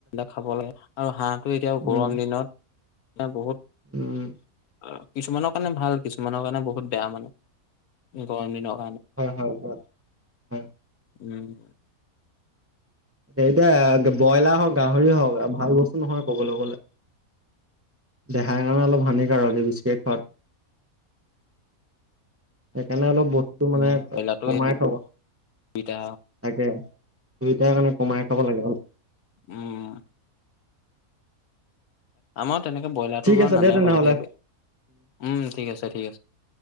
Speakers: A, on the left (about 80°); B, on the right (about 15°).
A: খাব লাগে আৰু হাঁহটো এতিয়াও
B: উম
A: গৰম দিনত এ, বহুত
B: উম
A: আহে। কিছুমানৰ কাৰণে ভাল কিছুমানৰ কাৰণে বহুত বেয়া মানে গৰম দিনত।
B: হয়, হয়, হয়, হয়।
A: উম।
B: এতিয়া ব্ৰইলাৰ হওক, গাহৰি হওক ভাল বস্তু নহয় কবলৈ গলে। দেহাৰ কাৰণে অলপ হানিকাৰকো বেছিকৈ খোৱাতটো। সেইকাৰণে অলপ বস্ত সেইটো মানে
A: উম ব্ৰইলাৰটো
B: কমাই
A: এই
B: খাব
A: দুইটা
B: তাকে দুইটাৰ কাৰণে। কমাই খাব লাগে অ'।
A: উ, উ। আমাৰ তেনেকে ব্ৰইলাৰটো
B: ঠিক
A: বাৰো
B: আছে
A: নানে
B: দে তেনেহ'লে
A: বাৰু দেই উম, ঠিক আছে ঠিক আছে।